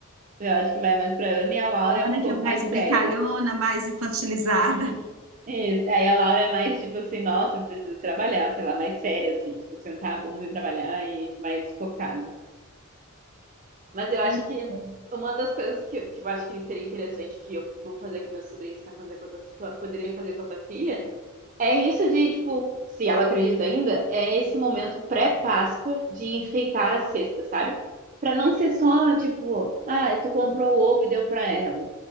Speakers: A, on the right; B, on the right.
A: eu acho que vai mais pra Ana e a Laura
B: A
A: é um
B: Ana,
A: pouco
B: que é mais
A: mais séria.
B: brincalhona, mais infantilizada.
A: Isso. Aí a Laura é mais tipo assim, nossa, eu preciso trabalhar, sei lá, mais séria, assim, tipo, sentar a bunda e trabalhar e mais focada. Mas eu acho
B: Ai, que
A: que
B: bom.
A: uma das coisas que, que eu acho que seria interessante que eu vou fazer com meus sobrinhos, tá fazer com a tua, com a- poderia fazer com a tua filha, é isso de, tipo, se ela acredita ainda, é esse momento pré-Páscoa de enfeitar a cesta, sabe? Pra não ser só, tipo, ah, tu comprou o ovo e deu pra ela.